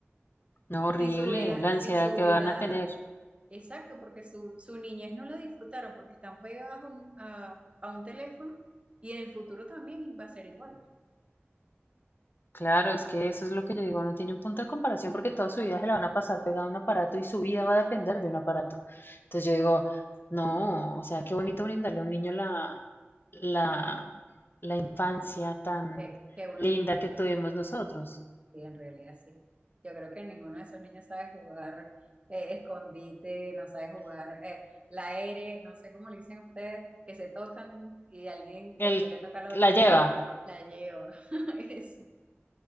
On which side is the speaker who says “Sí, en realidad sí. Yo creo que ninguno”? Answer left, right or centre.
Right